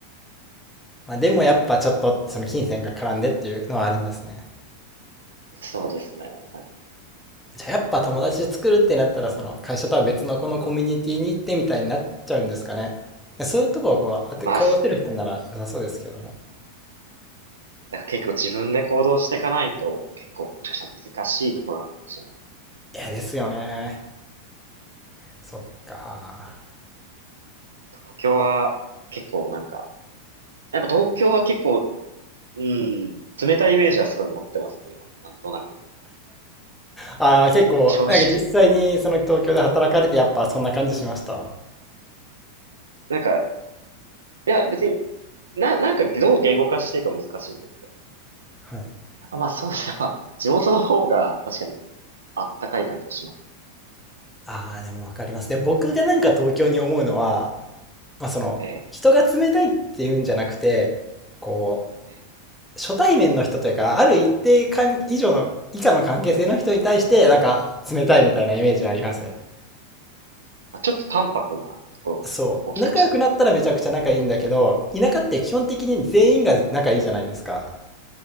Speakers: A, in the centre; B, on the right (about 70°).
A: まあでもやっぱちょっとその金銭が絡んでっていうのはあるんですね。
B: そうですね。なんか
A: じゃあやっぱ友達で作るってなったら、その会社とは別のこのコミュニティに行ってみたいになっちゃうんですかね。いやそういうとこをこう、当て、
B: まあ、
A: 顔出せる人なら良さそうですけどね。
B: なんか結構自分で行動していかないと結構もしかしたら難しいところなのかもしれない。
A: いや、ですよね。そっか。
B: 東京は結構なんか、やっぱ東京は結構、うん、冷たいイメージはすごい持ってますね、今もなんとなく。
A: ああ、結構、
B: 正直。
A: なんか実際にその東京で働かれてやっぱそんな感じしました。
B: なんか、いや別に、な、なんかどう言語化していいか難しいんですけど。
A: はい。
B: やっぱまあそうですね。まあ地元の方が確かにあったかい感じはします。
A: ああ、でもわかります。で、僕がなんか東京に思うのは、まあその、
B: ええ、
A: 人が冷たいっていうんじゃなくて、こう、
B: ええ。
A: 初対面の人というか、ある一定以上の、以下の関係性の人に対して、なんか、冷たいみたいなイメージはありますね。
B: まあ、ちょっと淡白なところが大きいかもしれないですね。
A: そう。仲良くなったらめちゃくちゃ仲いいんだけど、田舎って基本的に全員が仲いいじゃないですか。